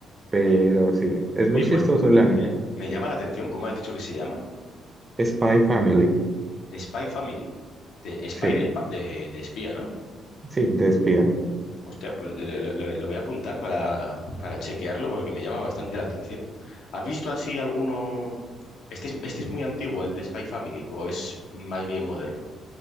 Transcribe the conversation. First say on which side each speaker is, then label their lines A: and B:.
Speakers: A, on the right; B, on the left.
A: pero
B: Anda.
A: sí, es muy
B: Oye,
A: chistoso
B: pues
A: el anime.
B: me, me llama la atención, ¿cómo has dicho que se llama?
A: Spy Family,
B: Spy Family. De, spy
A: sí,
B: de, espa- de, de espía, ¿no?
A: sí, de espía.
B: Hostia, pues le- le- le- lo voy a apuntar para, para chequearlo porque me llama bastante la atención. ¿Has visto así alguno? Este es, este es muy antiguo, el de Spy Family, o es más bien moderno,